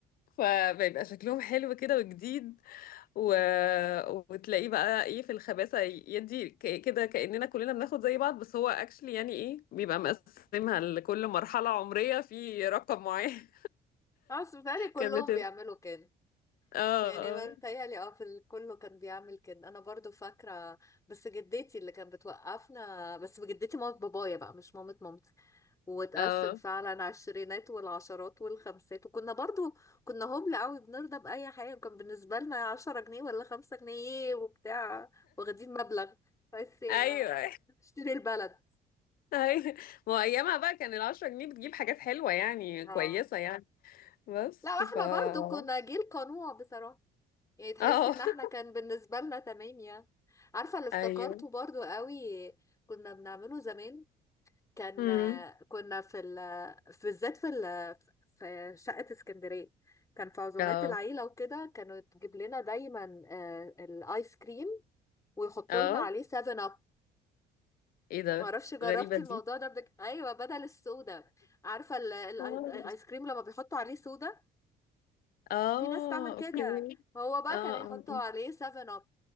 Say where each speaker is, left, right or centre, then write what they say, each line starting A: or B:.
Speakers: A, on the left (about 60°); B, on the left (about 20°).
A: فبيبقى شكلهم حلو كده وجديد و... <laughs> وتلاقيه بقى ايه في الخباثة يدي ك- كده كأننا كلنا بناخد زي بعض بس هو اكشلي يعني ايه بيبقى مقسمها لكل مرحلة عمرية في رقم معين
B: خلاص بيتهيألي كلهم
A: كانت بتبقى
B: بيعملوا كده
A: اه اه
B: يعني ما متهيألي اه في ال- كله كان بيعمل كده انا برضو فاكره بس جدتي اللي كانت بتوقفنا بس جدتي مامت بابايا بقى مش مامت مامتي وتقسم
A: اه
B: فعلا على الشرينات والعشرات والخمسات وكنا برضو كنا هبل قوي بنرضى بأي حاجه وكان بالنسبه لنا 10 جنيه ولا 5 جنيه إيه وبتاع واخدين مبلغ بس يا-
A: ايوه
B: اشتري البلد
A: <laughs> ايوه ما هو ايامها بقى كان العشرة جنيه بتجيب حاجات حلوة يعني
B: اه
A: كويسة يعني بس
B: لا واحنا
A: ف اه
B: برضو كنا جيل قنوع بصراحه يعني تحسي
A: <laughs>
B: ان احنا كان بالنسبة لنا تمام يعني عارفة اللي افتكرته
A: ايوه
B: برضو قوي كنا بنعمله زمان كان
A: امم
B: كنا في ال في بالذات في ال في شقة اسكندرية كان في عزومات
A: اه
B: العيلة وكده كانوا تجيب لنا دايما آه، الايس كريم ويحطوا
A: اه
B: لنا عليه 7 اب
A: ايه ده
B: معرفش جربتي
A: غريبة دي
B: الموضوع ده بدك... ايوه بدل السودا عارفة ال- ال-
A: اه
B: الايس كريم لما بيحطوا عليه سودا
A: آه،
B: في ناس تعمل كده
A: اوكي
B: هو بقى
A: اه اه
B: كان يحطوا عليه 7 اب